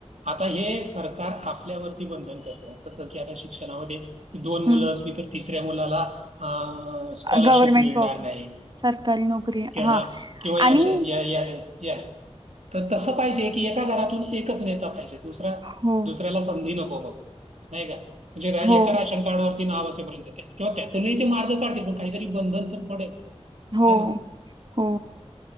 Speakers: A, on the right (about 80°); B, on the right (about 45°).
A: आता हे सरकार आपल्यावरती बंधन करतात तसं की आता शिक्षणामध्ये की दोन मुलं
B: हं,
A: असली तर तिसऱ्या मुलाला अ स्कॉलरशिप
B: गव्हर्नमेंट
A: मिळणार
B: जॉब,
A: नाही
B: सरकारी नोकरी
A: की
B: हां.
A: हा किंवा याच्या
B: आणि
A: या या या तर तसं पाहिजे की एका घरातून एकच नेता पाहिजे
B: हो
A: दुऱ्याला संधी नको नाही का म्हणे
B: हो
A: <inaudible> डवरती नाव असेपर्यंत किंवा त्यातूनही ते मार्ग काढतील पण काहीतरी बंधन तर पडेल
B: हो
A: है ना
B: हो